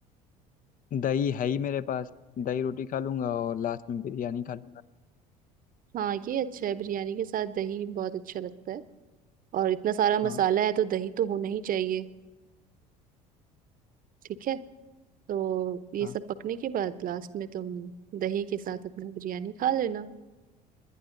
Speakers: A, on the left; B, on the right.
A: दही है ही मेरे पास दही रोटी खा लूँगा और लास्ट में बिरयानी खा लूँगा
B: हाँ ये अच्छा है बिरयानी के साथ दही बहुत अच्छा लगता है और इतना सारा मसाला
A: हाँ
B: है तो दही तो होना ही चाहिए ठीक है तो ये
A: हाँ,
B: सब पकने के बाद लास्ट में तुम दही के साथ अपना बिरयानी खा लेना